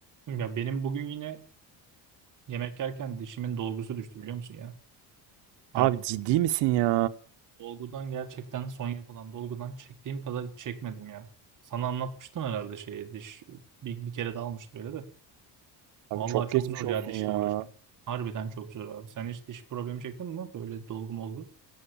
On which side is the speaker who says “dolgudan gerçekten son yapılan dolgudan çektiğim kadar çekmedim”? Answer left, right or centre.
Right